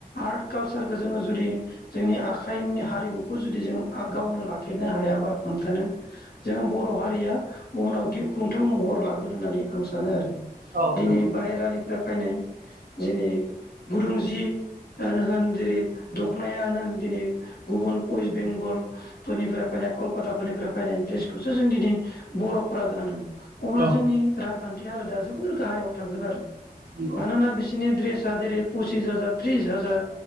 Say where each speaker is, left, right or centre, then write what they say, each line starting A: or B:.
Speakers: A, on the left (about 80°); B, on the right (about 65°).
A: आर्ट कालसारखौ जोङो जुदि जोंनि आखाइनि हारिमुखौ जुदि जों गावनो लाखिनो हायाबा हमथानो जों बर' हारिया उनाव गिख्रंथाव महर लागोन होननानै आं सानो आरो
B: औ
A: दिनै
B: नंगौ
A: बाहेरानिफ्राय फायनाय दिनै गुदुं जि होन होन जेरै दख'नायानो होन दिनै गुबुन वेस्ट बेंगल फोरनिफ्राय फाय नाय कलकाताफोरनिफ्राय फैनाय द्रेसखौसो जों दिनै बर'फोरा गानो अब्ला
B: औ
A: जोंनि रांखान्थि हालोदा जोबोर गाहायाव थांगोन आरो
B: नंगौ
A: मानोना बिसोरनि द्रेस दा जेरै पसिस हाजार त्रिस हाजार